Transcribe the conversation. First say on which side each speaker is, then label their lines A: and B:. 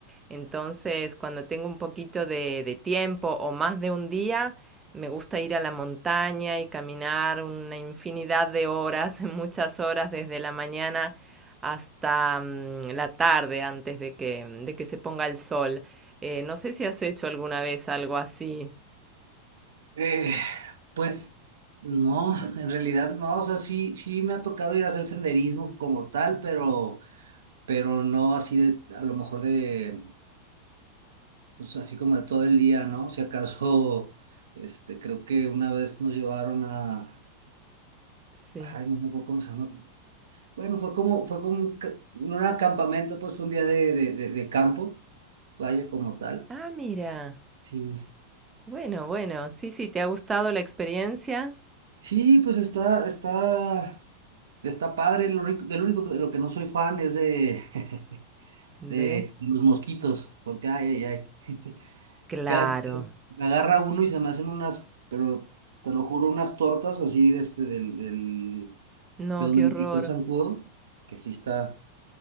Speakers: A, on the right; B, on the right.
A: Entonces, cuando tengo un poquito de, de tiempo o más de un día, me gusta ir a la montaña y caminar una infinidad de horas, <laughs> muchas horas desde la mañana hasta mm, la tarde antes de que, mm, de que se ponga el sol. Eh, no sé si has hecho alguna vez algo así.
B: Eh, pues no, en realidad no, o sea, sí, sí me ha tocado ir a hacer senderismo como tal, pero, pero no así de, a lo mejor de, pues así como de todo el día, ¿no? Si acaso, <laughs> este, creo que una vez nos llevaron a,
A: Sí.
B: ay, no me acuerdo cómo se llama, bueno, fue como, fue como un, ca- no era campamento, pues fue un día de, de, de, de campo, vaya como tal.
A: Ah, mira.
B: Sí,
A: Bueno, bueno, sí, sí, ¿te ha gustado la experiencia?
B: sí, pues está, está. Está padre, lo rico- del único de lo que no soy fan es de, <laughs>
A: De...
B: de los mosquitos, porque ay, ay, ay. <laughs>
A: Claro.
B: Cada- me agarra uno y se me hacen unas, pero te lo juro, unas tortas así de este, del, del,
A: No,
B: de donde
A: qué
B: me
A: horror.
B: picó el zancudo, que sí está,